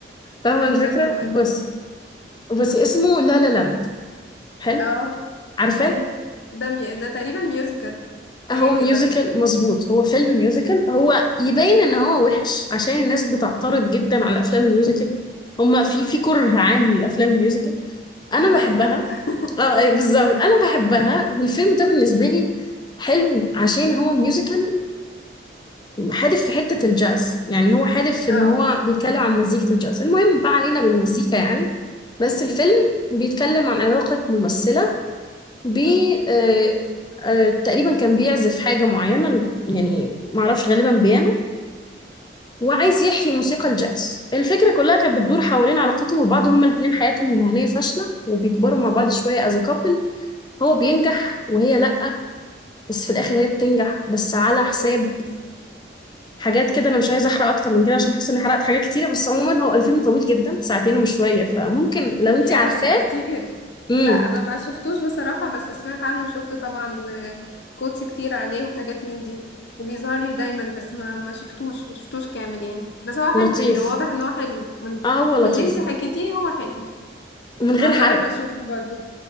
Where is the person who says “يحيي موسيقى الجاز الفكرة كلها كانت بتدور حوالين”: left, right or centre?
Left